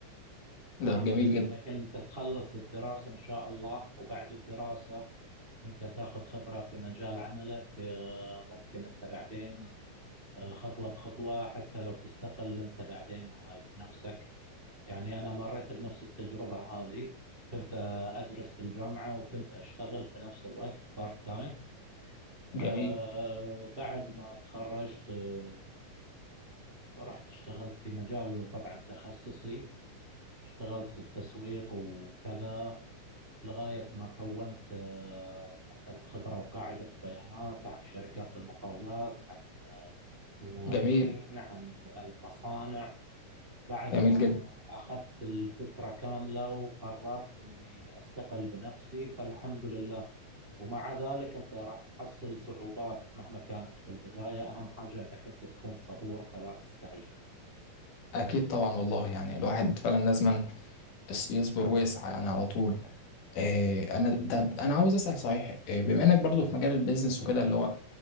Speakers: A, on the left; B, on the right.
A: ده
B: أهم حاجة
A: جميل جدا
B: أنك أنت تخلص الدراسة إن شاء الله وبعد الدراسة أنت تاخذ خبرة في مجال عملك آه، ممكن أنت بعدين آه، خطوة بخطوة حتى لو تستقل أنت بعدين آه، بنفسك يعني أنا مريت بنفس التجربة هذه كنت آه، أدرس بالجامعة وكنت أشتغل في نفس الوقت بارت تايم آه،
A: جميل
B: بعد ما تخرجت آه، رحت اشتغلت في مجال طبعا تخصصي اشتغلت بالتسويق وكذا لغاية ما كونت آه، مثلا خبرة وقاعدة بيانات عن شركات المقاولات عن الموردين
A: جميل
B: عن المصانع بعد
A: جميل
B: ما
A: جدا
B: أخذت الفكرة كاملة وقررت أني أستقل بنفسي فالحمد لله ومع ذلك أنت راح تحصل صعوبات مهما كانت في البداية أهم حاجة أنك أنت تكون صبور فلا تستعجل
A: اكيد طبعا والله يعني الواحد فعلا لازم اس- يصبر ويسعى يعني على طول آه، انا طب انا عاوز اسال صحيح آه، بما انك برضو في مجال البيزنس وكده اللي هو